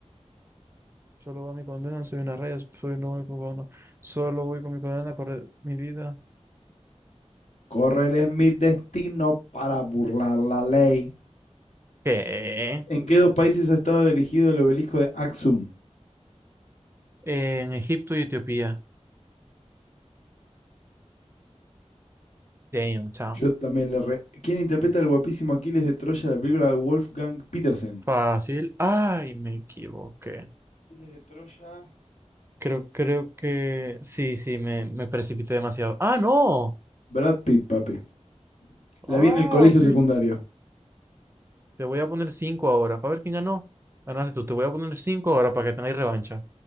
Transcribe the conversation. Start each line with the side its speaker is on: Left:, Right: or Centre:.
Right: Solo va mi condena, soy una raya, soy un hombre cubano. Solo voy con mi condena, correr mi vida.
Left: Correr es mi destino para burlar la ley.
Right: ¿Qué?
Left: ¿En qué dos países ha estado dirigido el obelisco de Axum?
Right: En Egipto y Etiopía. Damn, chamo.
Left: Yo también le re... ¿Quién interpreta al guapísimo Aquiles de Troya en la película de Wolfgang Petersen?
Right: Fácil. Ay, me equivoqué.
Left: Aquiles de Troya.
Right: Creo, creo que sí, sí, me, me precipité demasiado. ¡Ah, no!
Left: Brad Pitt, papi. La
Right: ¡Ah,
Left: vi en el colegio
Right: pi!
Left: secundario.
Right: Te voy a poner cinco ahora para ver quién ganó. Ganaste tú. Te voy a poner cinco ahora para que tengáis revancha.